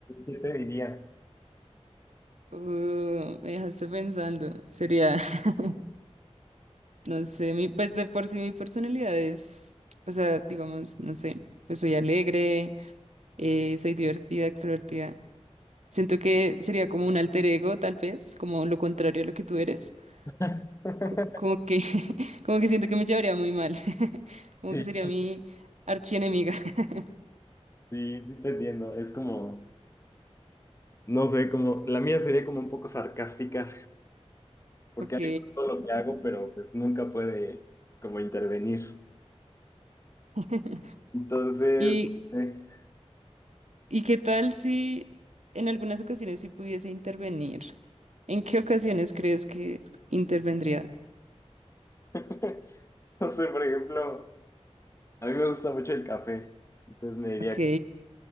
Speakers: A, on the left; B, on the right.
A: ¿Qué te diría?
B: Uh, me dejaste pensando. Sería, <laughs> no sé, mi, pues de por sí mi personalidad es, o sea, digamos, no sé, pues soy alegre, eh, soy divertida, extrovertida. Siento que sería como un alter ego, tal vez, como lo contrario a lo que tú eres.
A: <laughs>
B: Co- como que, <laughs> como que siento que me llevaría muy mal. <laughs> Como
A: Sí,
B: que sería mi archienemiga. <laughs>
A: sí, sí te entiendo. Es como, no sé, como, la mía sería como un poco sarcástica. porque
B: Ok.
A: ahí está todo lo que hago, pero pues nunca puede como intervenir.
B: <laughs>
A: Entonces,
B: ¿Y,
A: eh,
B: y qué tal si en algunas ocasiones sí pudiese intervenir? ¿En qué ocasiones crees que intervendría?
A: <laughs> no sé, por ejemplo, a mí me gusta mucho el café, entonces me diría,
B: Ok.